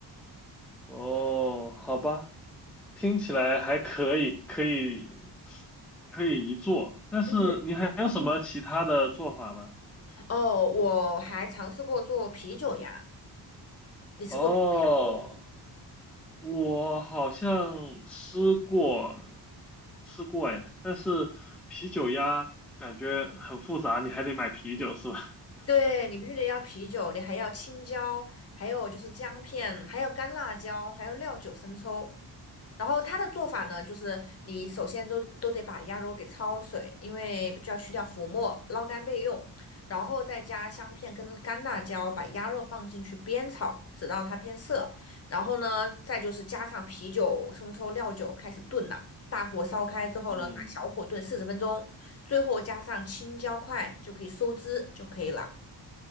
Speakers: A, in the centre; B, on the left.
A: 哦，好吧，听起来还可以，可以可以一做，但是你还有什么其他的做法吗？
B: 嗯哦，我还尝试过做啤酒呀，你吃过啤酒
A: 哦。我好像吃过，吃过哎，但是啤酒鸭感觉很复杂，你还得买啤酒是吧？<laughs>
B: 对，你必须得要啤酒，你还要青椒，还有就是姜片，还有干辣椒，还有料酒、生抽。然后它的做法呢，就是你首先都都得把鸭肉给焯水，因为就要去掉浮沫，捞干备用。然后再加香片跟干辣椒，把鸭肉放进去煸炒，直到它变色。然后呢，再就是加上啤酒、生抽、料酒开始炖了。大火烧开之后呢，
A: 嗯，
B: 转小火炖四十分钟，最后加上青椒块就可以收汁就可以了。